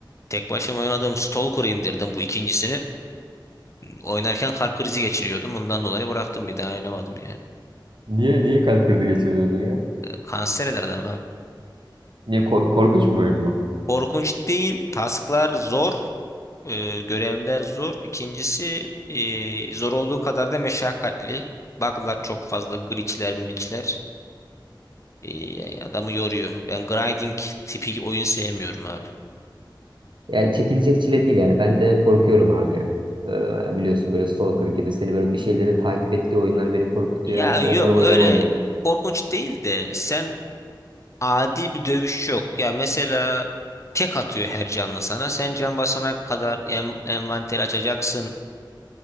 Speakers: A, on the left; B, on the right.
A: Tek başıma oynadığım Stalker'ı indirdim bu ikincisini. Oynarken kalp krizi geçiriyordum. Ondan dolayı bıraktım bir daha oynamadım yani.
B: Niye niye kalp krizi geçiriyordun ya?
A: Kanser eder adam abi.
B: Niye ko- korkunç bir oyun mu?
A: Korkunç değil. Tasklar zor. Ee, görevler zor. İkincisi ee, zor olduğu kadar da meşakkatli. Bug'lar çok fazla. Glitch'ler, mülitch'ler. Ee, adamı yoruyor. Ben grinding tipi oyun sevmiyorum abi.
B: Yani çekilecek çile değil yani. Ben de korkuyorum abi. ya. Ee, biliyorsun böyle Stalker gibi seni böyle bir şeylerin takip ettiği oyunlar beni korkutuyor.
A: Ya yok
B: Onları oynamamayı.
A: öyle korkunç değil de sen adi bir dövüş yok. Ya mesela tek atıyor her canlı sana. Sen can basana kadar en, envanteri açacaksın.